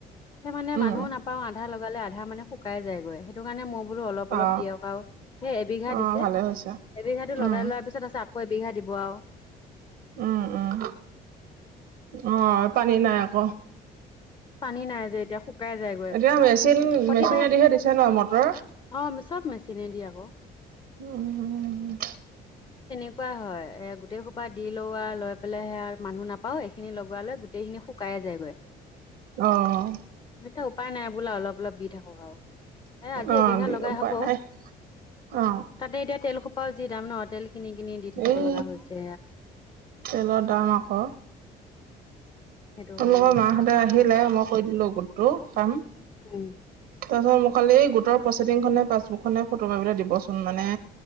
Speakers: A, on the left; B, on the right.
A: সেই মানে
B: উম
A: মানুহো নাপাও আধা লগালে আধা মানে শুকাই যায়গৈ সেইটো কাৰণে মই বোলো অলপ অলপ
B: অ
A: দিয়ক আৰু সেই এবিঘা
B: অ
A: দিছে
B: ভালে হৈছে
A: এবিঘা টো
B: উম
A: লগাই লোৱাৰ পিছত আছে কৈ বিঘা দিব আৰু
B: উম উম আহ পানী নাই আকৌ
A: পানী নাই যে এতিয়া শুকাই যায়গৈ
B: এতিয়া মেচিন
A: প্ৰতিবাৰে
B: মেচিনেদিহে দিছে ন মটৰ
A: অ চব মেচিনে দি আকৌ
B: উম উ উ উম উম
A: এনেকুৱা হয় এ গোটেই খোপা দি লও আৰু লৈ পেলাইহে মানুহ নাপাও এইখিনি লগ শুক লৈ গোটেই খিনি শুকাই যায়গৈ
B: আহ
A: এতিয়া উপায় নাই বোলা অলপ অলপ দি থাকক আৰু এ আজি
B: অ
A: এবিঘা
B: দি
A: লগাই
B: উপায়
A: হব
B: নাই অ
A: তাতে এতিয়া তেল খোপাও যি দাম ন তেল কিনি কিনি দি থাকিব
B: এই
A: লগা হৈছে
B: তেলৰ দাম আকৌ
A: সেইটো
B: তোমলোকৰ
A: কাৰণে মানে
B: মাহঁতে আহিলে মই কৈ দিলো গোটটো কাম
A: উম
B: তাৰপিছত মোক খালি গোটৰ প্ৰচেডিং খনেে পাছবুক খনেে ফটো মাৰলৈ দিবচোন মানে